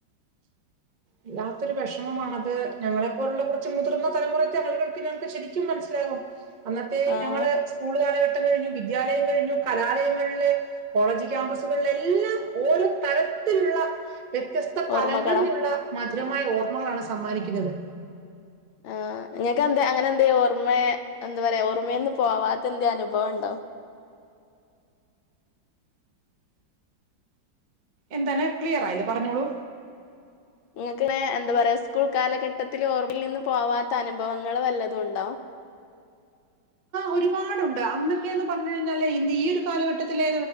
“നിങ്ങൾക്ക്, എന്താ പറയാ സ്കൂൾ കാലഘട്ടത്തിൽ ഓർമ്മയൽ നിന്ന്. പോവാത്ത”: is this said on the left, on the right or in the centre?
Left